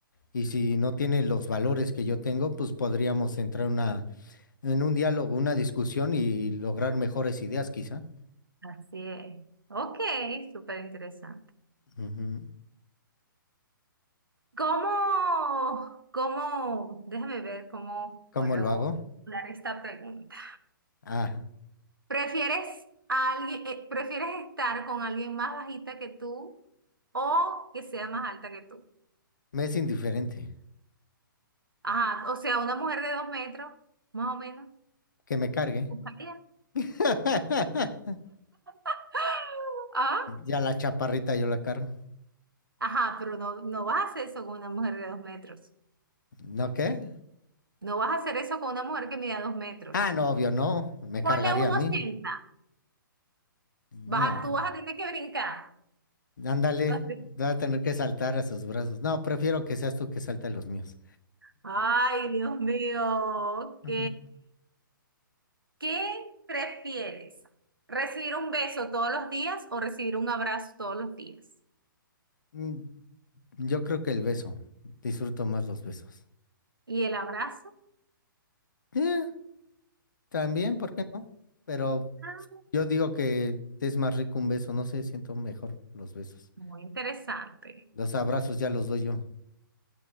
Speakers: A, on the left; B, on the right.
A: Y si no tiene los valores que yo tengo, pues podríamos entrar en una, en un diálogo, una discusión y lograr mejores ideas, quizá.
B: Así es. Ok, súper interesante.
A: Ujú.
B: ¿Cómo, cómo, déjame ver cómo
A: ¿Cómo
B: puedo
A: lo hago?
B: dar esta pregunta?
A: Ah,
B: ¿Prefieres a alguien, eh, prefieres estar con alguien más bajita que tú o que sea más alta que tú?
A: me es indiferente.
B: Ajá, o sea, una mujer de dos metros, más o menos,
A: que me cargue.
B: buscaría.
A: <laughs>
B: <gasps> Ah,
A: Ya la chaparrita yo la cargo.
B: ajá, pero no, no vas a hacer eso con una mujer de dos metros.
A: ¿No qué?
B: No vas a hacer eso con una mujer que mida dos metros.
A: Ah, no, obvio, no. Me cargaría
B: Ponle uno
A: a mí.
B: 80. Vas
A: No,
B: a- tú vas a tener que brincar.
A: ándale,
B: <laughs> Así.
A: va a tener que saltar a sus brazos. No, prefiero que seas tú que salte a los míos.
B: Ay, Dios mío, ok.
A: Ujú.
B: ¿Qué prefieres? ¿Recibir un beso todos los días o recibir un abrazo todos los días?
A: Mm, Yo creo que el beso. Disfruto más los besos.
B: ¿Y el abrazo?
A: Eh, también, ¿por qué no? Pero
B: Ah,
A: yo digo que es más rico un beso. No sé, siento mejor los besos.
B: Muy interesante.
A: Los abrazos ya los doy yo.